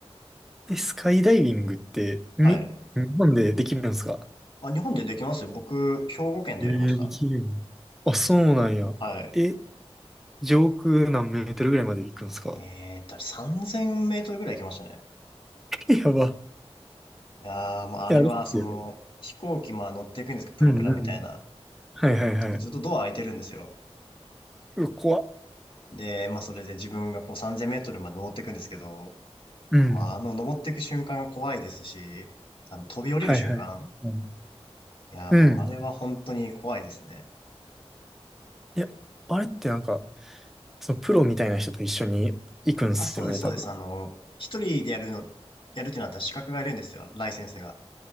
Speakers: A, in the centre; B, on the left.
A: え、スカイダイビングって、に、
B: はい。
A: 日本でできるんですか
B: あ、日本でできますよ。僕、兵庫県でやりました。
A: えー、できるんあ、そうなんや。
B: はい。
A: え、上空何メートルぐらいまで行くんですか
B: えーと、3000メートルぐらい行きましたね。
A: え、やば。
B: いやー、もうあれは、
A: え、あれっすよね。
B: その、飛行機、まあ乗っていくんですけど、プロペラみたいな。
A: うんうん。はいはいはい。
B: ずっとドア開いてるんですよ。
A: うわ、怖っ。
B: で、まあそれで自分がこう3000メートルまで登っていくんですけど、
A: うん。
B: まああの登っていく瞬間が怖いですし、あの飛び降りる瞬間。
A: はいはい。うん。
B: いやー、
A: うん。
B: もうあれは本当に怖いですね。
A: いや、あれってなんか、そのプロみたいな人と一緒に行くんすよね、
B: あ、そうです、
A: 多分。
B: そうです。あの、一人でやるの、やるってなったら資格がいるんですよ、ライセンスが。